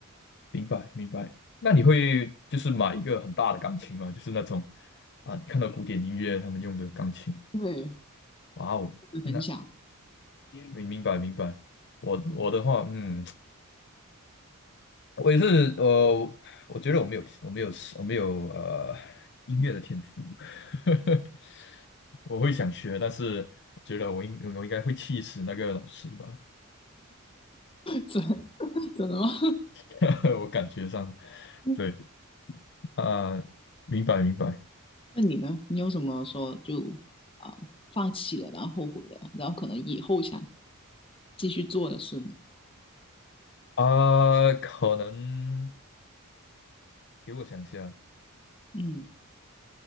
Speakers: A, on the left (about 55°); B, on the left (about 25°).
A: 明白明白。那你会就是买一个很大的钢琴吗？就是那种啊，你看到古典音乐他们用的钢琴。
B: 对，
A: 哇哦，那
B: 很想。
A: 明明白明白。我我的话，
B: 嗯
A: 嗯，我也是，呃，我觉得我没有我没有我没有呃音乐的天赋，
B: 嗯，
A: <laughs> 我会想学，但是我觉得我应我应该会气死那个老师吧，
B: 怎怎么？<laughs> 吗？
A: <laughs> 我感觉上，
B: <laughs>
A: 对，啊、明白明白。
B: 那你呢？你有什么说就啊、放弃了，然后后悔了，然后可能以后想继续做的事呢？
A: 啊、可能给我想一下，
B: 嗯